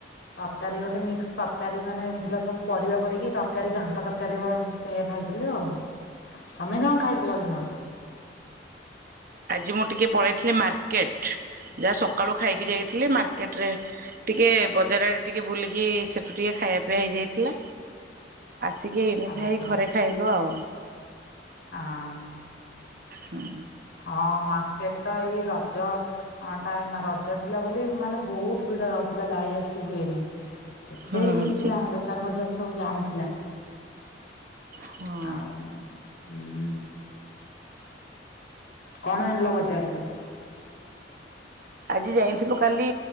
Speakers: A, on the left (about 75°); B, on the right (about 50°).
A: ତରକାରୀ ଗୋଟେ ମିକ୍ସ ତରକାରୀ ମାନେ ହେଇଥିଲା, ସବୁ ପରିବା ପଡ଼ିକି ତରକାରୀ ଘାଣ୍ଟ ତରକାରୀ ଭ ସେଇଆ ଖାଇଥିଲି ଆଉ, ତମେ କଣ ଖାଇଥିଲ ଦିନରେ?
B: ଆଜି ମୁଁ ଟିକିଏ ପଳେଇଥିଲି ମାର୍କେଟ, ଯାହା ସକାଳୁ ଖାଇକି ଯାଇଥିଲି, ମାର୍କେଟରେ ଟିକେ ବଜାର ଆଡେ ଟିକେ ବୁଲିକି, ସେଠୁ ଟିକେ ଖାଇବା ପିଇବା ହେଇଯାଇଥିଲା। ଆସିକି ଏଇନିକା
A: ଆଚ୍ଛା
B: ହେଇ ଘରେ ଖାଇଲୁ ଆଉ।
A: ହଁ
B: ହୁଁ
A: ହଁ, ମାକେଟ ତ ଏଇ ର ରଜ, ଅଁ ଟାଇମ୍, ରଜ ଥିଲା ବୋଲି ମାନେ ବହୁତ ଭିଡ଼ ରହୁଥିଲା ଯାଇ ଆସି ହୁଏନି। ଏତେ
B: ହୁଁ
A: ଇଏ ଥିଲା,
B: ସେ
A: ଦୋକାନ ବଜାର ସବୁ ଜାମ ଥିଲା।
B: ହଁ
A: ଆଉ, ହୁଁ। କଣ ଆଣିଲ ବଜାରରୁ ଆଜି?
B: ଆଜି ଯାଇଥିଲୁ କାଲି